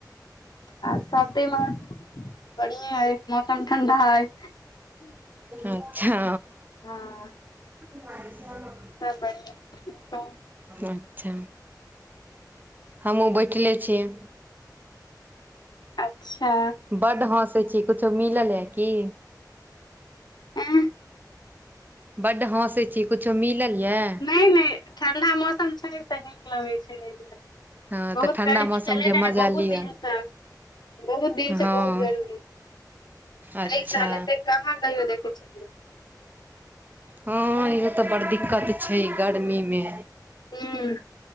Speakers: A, on the left (about 75°); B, on the right (about 25°).
A: आर सब <unintelligible> बढ़ियाँ अइ मौसम ठण्डा अइ।
B: अच्छा।
A: हँ।
B: बारिस <inaudible>
A: सब बढ़ियाँ। <unintelligible>
B: अच्छा हमहुँ बैठले छियै।
A: अच्छा।
B: बड हँसै छी, कुछो मिलल है की?
A: एं
B: बड हँसै छी, कुछो मिलल यऽ?
A: नय- नय ठंडा मौसम छैय त नीक लगैय छैय एहि दुआरे।
B: हँ
A: बहुत
B: तऽ ठण्डा
A: गर्मी
B: मौसमके
A: छलै ने
B: मजा
A: बहुत
B: लिअ
A: दिनसँ, बहुत दिनसँ
B: हँ
A: बहुत गर्मी।
B: अच्छा
A: एहि साल एते कहाँ कहियो देखैय छलियै।
B: हँ इहे त बड़ दिक्कत छैय गर्मीमे।
A: हूँ